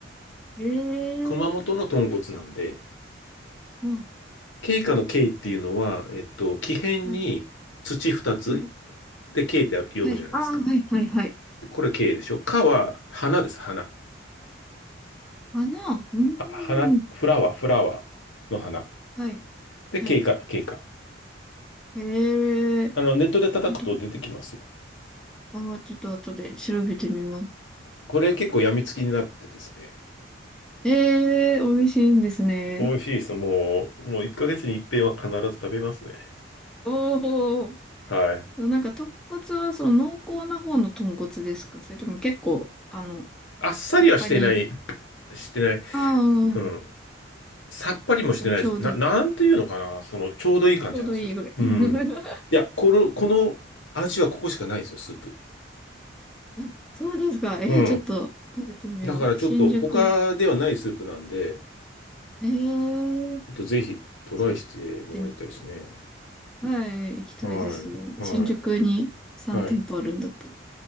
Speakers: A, in the centre; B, on the left.
A: ええー。
B: 熊本の豚骨なんで、
A: うん
B: ケイカのケイっていうのは、えっと、木偏に土2つ、
A: はい、はい、
B: で、K って読むじゃないですか。
A: はい。ああ、はい、はい、はい。
B: これ K でしょ。かは花です、花。
A: 花、うー
B: 花、
A: ん、
B: フラワー、フラワーの花。
A: はい、
B: で、
A: はい。
B: K か、K か。
A: へえ、
B: あの、ネットで叩くと出てきますよ。
A: 見たことないあー、ちょっと後で調べてみます。
B: これ結構病みつきになってですね。
A: ええ、美味しいんですね。
B: 美味しいです。もう、もう1ヶ月に一遍は必ず食べますね。
A: おお、
B: はい。
A: なんか豚骨はその濃厚な方の豚骨ですかそれとも結構、あの、
B: あっさりはしてない、
A: さっぱり、
B: してない。
A: あ
B: うん。
A: あ、
B: さっぱりもしてないし、
A: ちょうど、
B: な、なんていうのかな。その、ちょうどいい感じなんですよ。
A: ちょうどいいぐらい。<laughs>
B: うん。いや、この、この味はここしかないんですよ、スープ。
A: あそうですか。えーちょっと食べてみよう。
B: うん。だからちょっと他ではないスープなんで、
A: 新宿、えー
B: ちょっとぜひトライしてもらいたいですね。
A: ちょっと行ってみたい。はい、行きたいです。
B: はい。
A: 新宿に3店舗あるんだったら。
B: はい。はい。